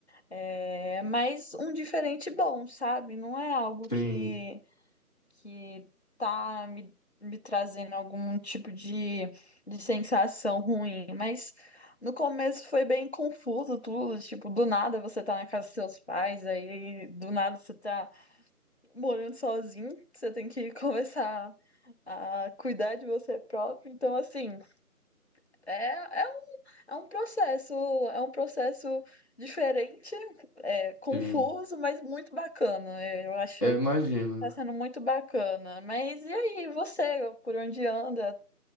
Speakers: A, on the left (about 45°); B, on the left (about 25°).
A: É, mas um diferente bom, sabe? Não é algo
B: Sim,
A: que, que tá me, me trazendo algum tipo de, de sensação ruim, mas no começo foi bem confuso tudo, tipo, do nada você tá na casa dos seus pais, aí do nada você tá morando sozinho, você tem que <laughs> começar a cuidar de você próprio, então assim. É, é um, é um processo, é um processo diferente, é, confuso,
B: sim.
A: mas muito bacana. É, Eu acho
B: Eu
A: que
B: imagino.
A: tá sendo muito bacana. Mas e aí, você, por onde anda?